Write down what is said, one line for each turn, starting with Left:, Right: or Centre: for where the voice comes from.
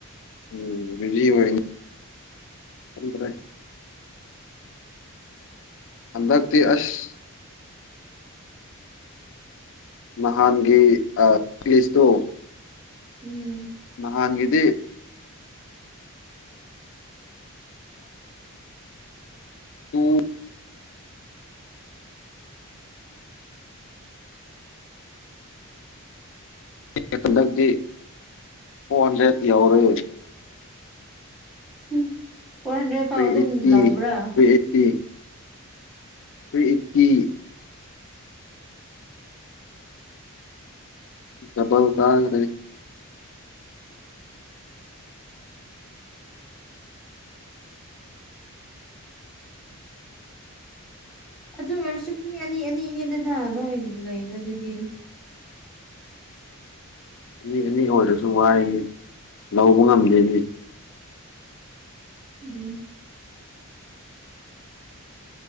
Left: ꯎꯝ ꯕꯤꯖꯤ ꯑꯣꯏꯅꯤ ꯈꯪꯗꯔꯦ ꯍꯟꯗꯛꯗꯤ ꯑꯁ ꯅꯍꯥꯟꯒꯤ ꯑ ꯄꯦꯖꯇꯣ
Centre: ꯎꯝ
Left: ꯅꯍꯥꯟꯒꯤꯗꯤ <unintelligible> ꯍꯟꯗꯛꯇꯤ ꯐꯣꯔ ꯍꯟꯗꯔ꯭ꯦꯠ ꯌꯥꯎꯔꯦ
Centre: ꯎꯝ ꯐꯣꯔ ꯍꯟꯗ꯭ꯔꯦꯗ ꯐꯥꯎ
Left: ꯊ꯭ꯔꯤ
Centre: ꯑꯗꯨꯝ
Left: ꯑꯩꯠꯇꯤ
Centre: ꯂꯧꯕ꯭ꯔꯥ꯫
Left: <unintelligible> ꯊꯔꯤ ꯑꯦꯠꯇꯤ ꯗꯕꯜ ꯀꯥꯒꯥꯔꯦ
Centre: ꯑꯗꯨ ꯑꯣꯏꯔꯁꯨ ꯃꯤ ꯑꯅꯤ ꯑꯅꯤꯅꯦꯗꯅ ꯅꯣꯏ ꯂꯩꯕꯗꯨꯗꯤ
Left: ꯃꯤ ꯑꯅꯤ ꯑꯣꯏꯔꯁꯨ ꯋꯥꯏꯌꯦ ꯂꯧꯕ ꯉꯝꯗꯦꯅꯦ
Centre: ꯎꯝ